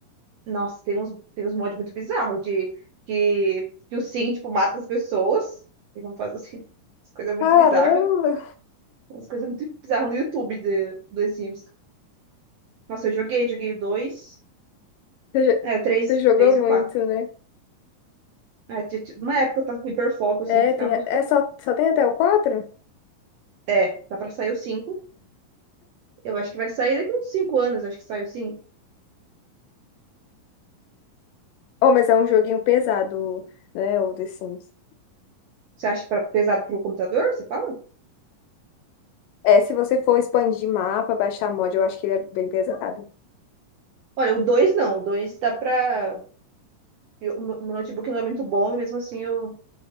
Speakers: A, on the right (about 70°); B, on the left (about 80°).
A: nossa, tem uns, tem uns mods muito bizarros de que, que o Sim, tipo, mata as pessoas. Tem como fazer assim, <laughs> umas coisas muito
B: Caramba!
A: bizarras. Umas coisas muito bizarras no YouTube de, do The Sims. Nossa, eu joguei, joguei o 2,
B: Você, jo-
A: é, o 3
B: você jogou
A: 3
B: muito,
A: e o 4.
B: né?
A: É, tinha- tinha- uma época eu tava com hiperfoco, assim,
B: É,
A: que ficava
B: tem, a- é só, só tem até o quatro
A: É, tá pra sair o 5? Eu acho que vai sair daqui uns 5 anos, acho que sai o 5.
B: Oh, mas é um joguinho pesado, né? O The Sims.
A: Você acha pra- pesado pro computador? Você fala?
B: É, se você for expandir mapa, baixar mod, eu acho que ele é bem pesado.
A: Olha, o 2 não. O 2 dá pra. eu- O meu meu notebook não é muito bom e mesmo assim eu